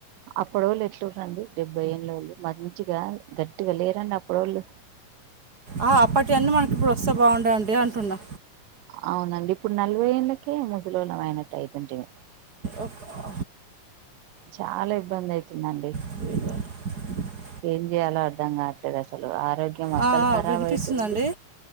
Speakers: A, on the right; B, on the right.
A: అప్పడోళ్ళు ఎట్లురండి డెబ్బై ఏళ్ళోళ్ళు మంచిగా గట్టిగా లేరండి అప్పడోళ్ళు.
B: ఆ అప్పటియి అన్నీ మనకి ఇప్పుడు వస్తే బాగుండండి అంటున్నా.
A: అవునండి ఇప్పుడు నలభై ఏళ్ళకే ముసలోల్లం అయినట్టు అయితుంటిమి.
B: ఓ ఓ.
A: చాలా ఇబ్బంది అయితుందండి.
B: <inaudible>
A: ఏం చేయాలో అర్ధం కావట్లేదు అసలు. ఆరోగ్యం అస్సలు
B: ఆ, ఆ,
A: ఖరాబ్
B: వినిపిస్తుందండి
A: అయితుంది.